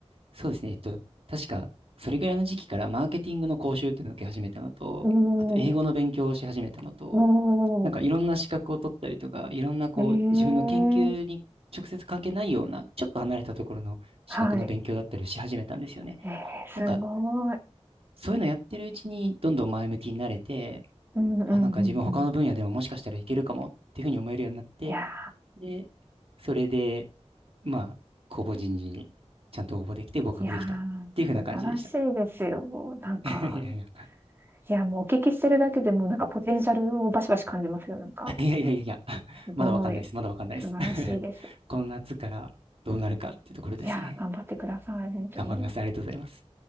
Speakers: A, on the right; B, on the right.
A: そうですね。えっと、確か、それぐらいの時期からマーケティングの講習っていうのを受け始めたのと、
B: お
A: あと英語の勉強をし始めたのと、
B: ー、お
A: なんかいろんな資格を取ったりとか、いろんなこう、
B: ー、えー
A: 自分の研究に直接関係ないような、ちょっと離れたところの資格の勉強だったりをし始めたんですよね。
B: はい。えーすごい。
A: なんか、そういうのやってるうちに、どんどん前向きになれて、
B: うんうんうんうん。
A: あ、なんか自分他の分野でももしかしたらいけるかもっていうふうに思えるようになって、
B: いや
A: で、それで、まあ、公募人事にちゃんと応募できて合格できたっていうふうな感じでした。
B: ー、いやー、素晴らしいですよ。なんか、
A: <laughs> いやいや、いや
B: いや、もうお聞きしてるだけでも、なんかポテンシャルをバシバシ感じますよ。なんか、
A: <laughs> いやいやいや、<laughs>
B: すごい、
A: まだわかんないです。まだわかんないです。
B: 素晴らしいです。
A: <laughs> この夏からどうなるかっていうところですね。
B: いやー、頑張ってください、本当に。
A: 頑張ります。ありがとうございます。